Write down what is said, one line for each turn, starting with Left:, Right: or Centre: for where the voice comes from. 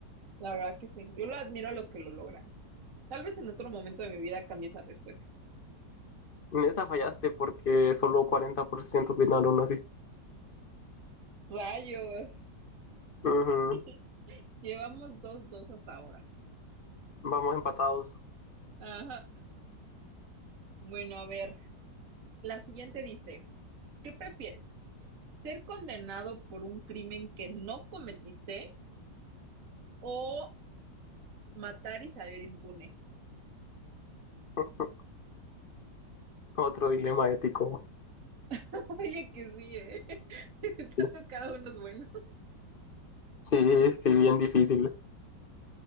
Right: La verdad que sí. Yo lo admiro a los que lo logran. Tal vez en otro momento de mi vida cambie esa respuesta.
Left: En esa fallaste porque solo 40% opinaron así.
Right: Rayos.
Left: Ujú,
Right: <laughs> Llevamos dos, dos hasta ahora.
Left: Vamos empatados.
Right: Ajá. Bueno, a ver. La siguiente dice, ¿qué prefieres? ¿Ser condenado por un crimen que no cometiste o matar y salir impune?
Left: <laughs> Otro dilema ético.
Right: <laughs> Oye, que sí, ¿eh? <laughs> Tanto
Left: <laughs>
Right: cada uno es bueno.
Left: Sí, sí, bien difícil.